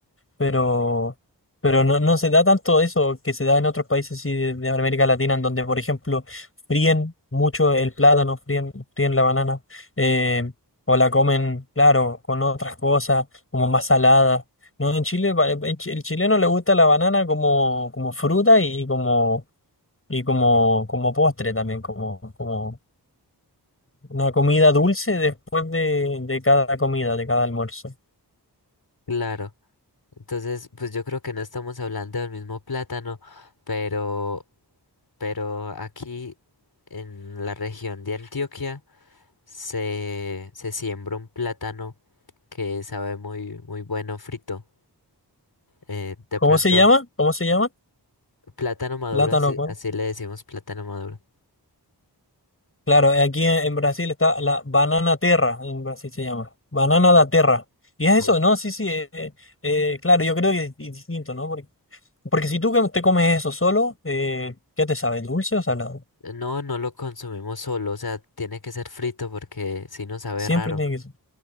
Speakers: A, on the left; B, on the left.
A: pero, pero no, no se da tanto eso que se da en otros países así de, de América Latina, en donde, por ejemplo, fríen mucho el plátano, fríen, fríen la banana, eh, o la comen, claro, con otras cosas, como más salada. No, en Chile, pa- eh, en chi- el chileno le gusta la banana como, como fruta y y como, y como, como postre también, como, como una comida dulce después de, de cada comida, de cada almuerzo.
B: Claro. Entonces, pues yo creo que no estamos hablando del mismo plátano, pero, pero aquí en la región de Antioquia se, se siembra un plátano que sabe muy, muy bueno frito. Eh, de
A: ¿Cómo
B: pronto,
A: se llama? ¿Cómo se llama?
B: plátano maduro,
A: Plátano
B: así,
A: con
B: así le decimos plátano maduro.
A: Claro, eh, aquí en, en Brasil está la banana terra, en Brasil se llama, banana da terra. Y es
B: Oh.
A: eso, ¿no? Sí, sí, eh, eh, eh, claro, yo creo que es, di- distinto, ¿no? Porque, porque si tú que- te comes eso solo, eh, ¿qué te sabe? ¿Dulce o salado?
B: No, no lo consumimos solo, o sea, tiene que ser frito porque si no sabe
A: Siempre
B: raro.
A: tiene que ser.